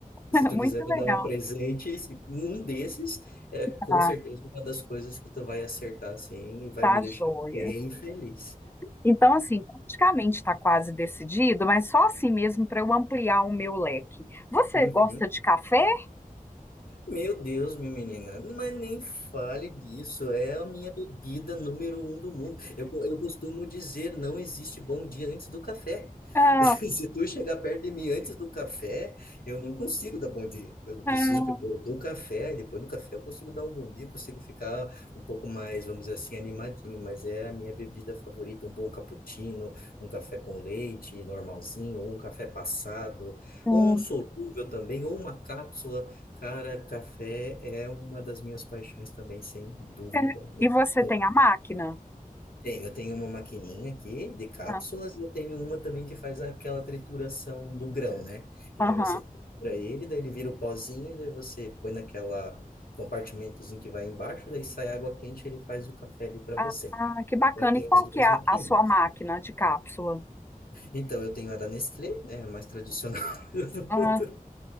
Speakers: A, on the left; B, on the left.
A: <laughs>
B: se tu
A: muito
B: quiser me
A: legal,
B: dar um presente, esse- um desses é com
A: tá?
B: certeza uma das coisas que tu vai acertar assim e vai
A: Tá
B: me deixar
A: joia.
B: bem feliz.
A: Então, assim, praticamente está quase decidido, mas só assim mesmo para eu ampliar o meu leque. Você
B: Uhum.
A: gosta de café?
B: Meu Deus, minha menina, mas nem fale disso, é a minha bebida número um do mundo. Eu, eu costumo dizer, não existe bom dia antes do café.
A: Ah,
B: <laughs> Se tu chegar perto de mim antes do café, eu não consigo dar bom dia. Eu
A: ah,
B: preciso primeiro do café, e depois do café eu consigo dar um bom dia, consigo ficar um pouco mais, vamos dizer assim, animadinho, mas é a minha bebida favorita, um bom cappuccino, um café com leite normalzinho, ou um café passado,
A: hum.
B: ou um solúvel também, ou uma cápsula. Cara, café é uma das minhas paixões também, sem dúvida
A: É,
B: nenhuma.
A: E você tem a máquina?
B: Tenho, eu tenho uma maquininha aqui de cápsulas
A: Ah,
B: e eu tenho uma também que faz aquela trituração do grão, né? Que
A: Aham.
B: daí você tritura ele, daí ele vira o pozinho e daí você põe naquela compartimentozinho que vai embaixo, daí sai água quente e ele faz o café ali para
A: Ah,
B: você.
A: ah, que bacana.
B: Então, Eu tenho
A: E qual
B: as duas
A: que é a,
B: maquininhas.
A: a sua máquina de cápsula?
B: Então, eu tenho a da Nestlé, né, a mais tradicional <laughs> do
A: Ah,
B: mundo.